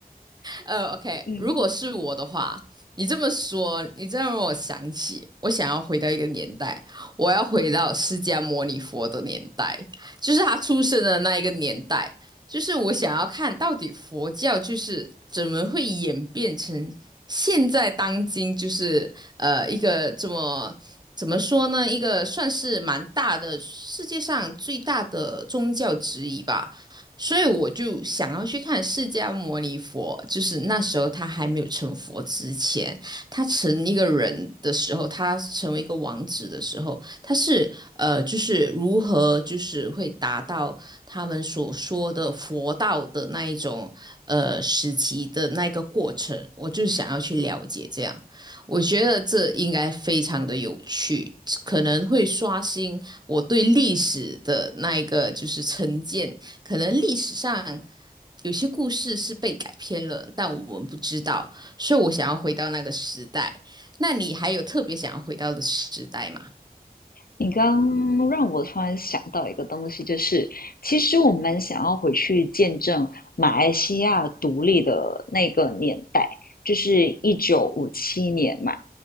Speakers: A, on the right (about 25°); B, on the left (about 70°).
A: 呃，OK，
B: 嗯。
A: 如果是我的话，你这么说，你这样让我想起，我想要回到一个年代，我要回到释迦牟尼佛的年代，就是他出生的那一个年代，就是我想要看到底佛教就是怎么会演变成现在当今就是呃一个这么。怎么说呢？一个算是蛮大的，世界上最大的宗教之一吧。所以我就想要去看释迦牟尼佛，就是那时候他还没有成佛之前，他成一个人的时候，他成为一个王子的时候，他是呃，就是如何就是会达到他们所说的佛道的那一种呃时期的那一个过程，我就想要去了解这样，我觉得这应该非常的有趣。可能会刷新我对历史的那一个就是成见，可能历史上有些故事是被改编了，但我们不知道，所以我想要回到那个时代。那你还有特别想要回到的时代吗？
B: 你刚让我突然想到一个东西，就是其实我们想要回去见证马来西亚独立的那个年代，就是一九五七年嘛。